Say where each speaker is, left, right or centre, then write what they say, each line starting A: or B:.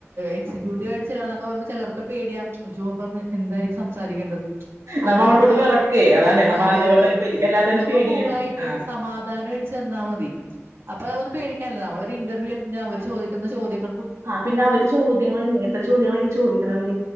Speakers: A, on the right (about 55°); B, on the right (about 80°).
A: എക്സിക്യൂട്ടീവ് ആയിട്ട് ചിലർ കാണുമ്പൊ ചിലർക്കെ പേടിയാ, അയ്യോ പ്പം എന്തായിരിക്കും സംസാരിക്കേണ്ടത്
B: നമ്മ
A: അങ്ങനെ,
B: അവിടെ പോയിട്ട് വിറക്കുവേ അതാണേ നമ്മ
A: അതെ
B: ആദ്യമായിട്ടൊക്കെ
A: അതെ,
B: പോയി എനിക്കല്ലാതെ തന്നെ
A: നമ്മ
B: പേടിയാണ്
A: കൂളായിട്ട്
B: ആഹ്
A: സമാധാനമായിട്ട് ചെ ന്നാ മതി അപ്പൊ അതന്ന് പേടിക്കാനില്ല. നമ്മളൊരു ഇന്റർവ്യൂ അറ്റൻ്റ് ചെയ്യാൻ അവര് ചോദിക്കുന്ന ചോദ്യങ്ങൾ
B: ആ പിന്നെ അവര് ചോദ്യങ്ങൾ എങ്ങനത്തെ ചോദ്യങ്ങളൊക്കെ ചോദിക്കണ അവര്